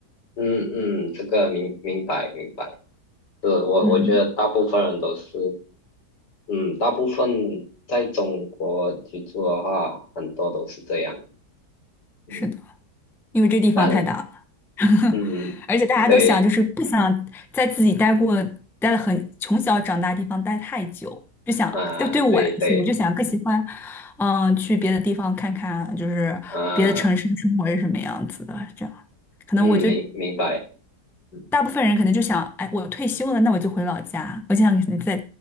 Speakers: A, on the left; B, in the centre.
A: 嗯嗯，这个明明白明白。是我我觉得大部分人都是，
B: 嗯。
A: 嗯，大部分在中国居住的话，很多都是这样。嗯，
B: 是的，因为这地方太大了，
A: 但
B: <laughs>
A: 嗯，
B: 而且大家都想就是不想在自己待过待了很从小长大的地方待太久，
A: 对，
B: 就想就对我来说，
A: 啊、对对，
B: 我就想更喜欢，嗯、去别的地方看看，就是别的城市的生活是什么样子的。
A: 啊、
B: 这样，可能我觉得
A: 嗯，明明白，嗯，
B: 大部分人可能就想，哎，我退休了，那我就回老家，我就想在